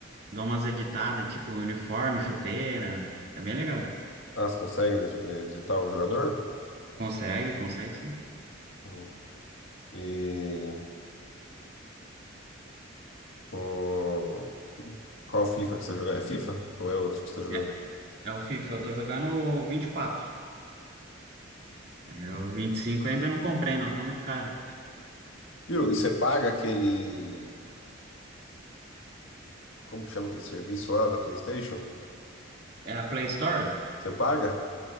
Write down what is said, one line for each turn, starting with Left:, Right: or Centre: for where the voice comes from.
Right: dou umas editadas, tipo uniforme, chuteira. É bem legal.
Left: Ah, você consegue dig- eh, digitar o jogador?
Right: Consegue, consegue sim.
Left: Hum. E. O... Qual FIFA que você tá jogando? É FIFA? Ou é outro que você tá jogando?
Right: É, é o FIFA, eu tô jogando o 24. É, o 25 eu ainda não comprei, não, tá muito caro.
Left: Viu? E você paga aquele. Como que chama aquele serviço lá da PlayStation?
Right: É a Play Store?
Left: Você paga?